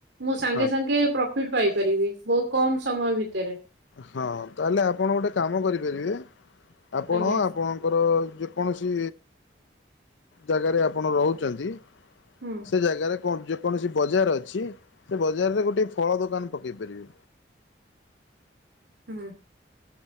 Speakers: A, on the right; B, on the left.
A: ମୁଁ ସାଙ୍ଗେ
B: ହଁ
A: ସାଙ୍ଗେ ପ୍ରଫିଟ ପାଇପାରିବି ବହୁତ କମ ସମୟ ଭିତରେ।
B: ହଁ ତା ହେଲେ ଆପଣ ଗୋଟେ କାମ କରିପାରିବେ ଆପଣ
A: ଆଜ୍ଞା।
B: ଆପଣଙ୍କର ଯେ କୌଣସି ଜାଗାରେ ଆପଣ ରହୁଛନ୍ତି।
A: ହୁଁ
B: ସେ ଜାଗାରେ ଯେ କୌଣସି ବଜାର ଅଛି। ସେ ବଜାରରେ ଗୋଟେ ଫଳ ଦୋକାନ ପକେଇ ପାରିବେ
A: ହୁଁ।